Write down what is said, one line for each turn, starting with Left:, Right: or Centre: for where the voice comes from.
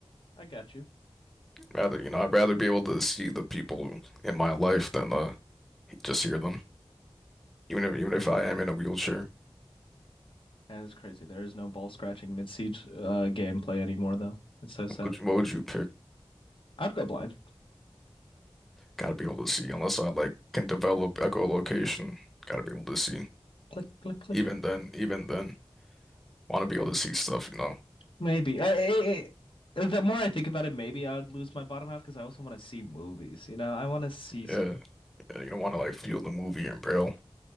Left: I got you.
Centre: Rather, you know, I'd rather be able to see the people in my life than uh just hear them. Even if even if I am in a wheelchair,
Left: That is crazy. There is no ball scratching mid siege uh, gameplay anymore, though. It's so sad.
Centre: what would, you, what would you pick?
Left: I'd go blind.
Centre: Gotta be able to see, unless I like can develop echolocation. Gotta be able to see.
Left: Click, click, click.
Centre: Even then, even then, want to be able to see stuff, you know.
Left: Maybe. I, I, I, the more I think about it, maybe I would lose my bottom half because I also want to see movies. You know, I want to see stuff.
Centre: Yeah, yeah, you don't want to like feel the movie in braille.